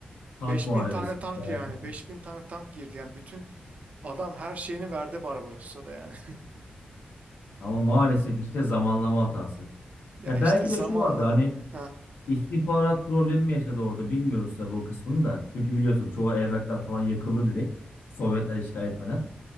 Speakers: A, on the left (about 80°); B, on the right (about 45°).
A: Tank
B: beş
A: muharebesi
B: bin tane tank
A: felaketi.
B: yani beş bin tane tank girdi. Yani bütün Adam her şeyini verdi Barbarossa'da yani. <laughs>
A: Ama maalesef işte zamanlama hatası.
B: Ya
A: Ya
B: işte
A: belki
B: zamanla
A: de şu vardı hani
B: mı? Ha.
A: istihbarat problemi mi yaşadı orada bilmiyoruz tabii o kısmını da. Çünkü biliyorsun çoğu evraklar falan yakıldı direkt Sovyetler işgal etmeden.